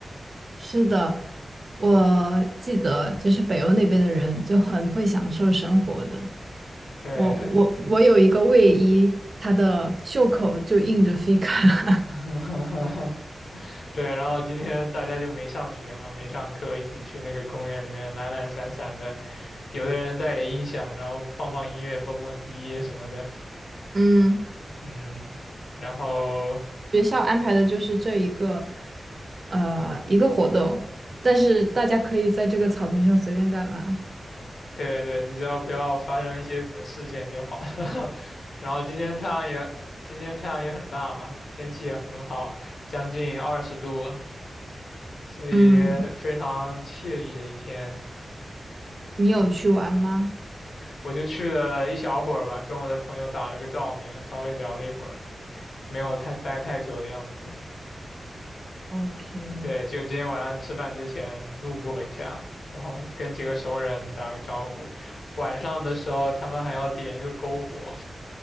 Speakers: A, on the right (about 45°); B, on the left (about 80°).
A: 是的，我记得就是北欧那边的人就很会享受生活的。
B: 对，
A: 我我我有一个卫衣，它的袖口就印着 fika，
B: <laughs> 对，然后今天大家就没上学嘛，没上课，一起去那个公园里面懒懒散散的，有的人带着音响，然后放放音乐，蹦蹦迪什么的，
A: <laughs> 嗯，
B: 嗯，然后
A: 学校安排的就是这一个，呃，一个活动，但是大家可以在这个草坪上随便干嘛。
B: 对对，你只要不要发生一些什么事件就好 <laughs> 然后今天太阳也，今天太阳也很大嘛，天气也很好，将近二十度，所以非常惬意的一天。
A: 嗯你有去玩吗？
B: 我就去了一小会儿吧，跟我的朋友打了个照面，稍微聊了一会儿，没有太待太久的样子。
A: ，OK，
B: 对，就今天晚上吃饭之前路过一下，然后跟几个熟人打个招呼。晚上的时候，他们还要点一个篝火，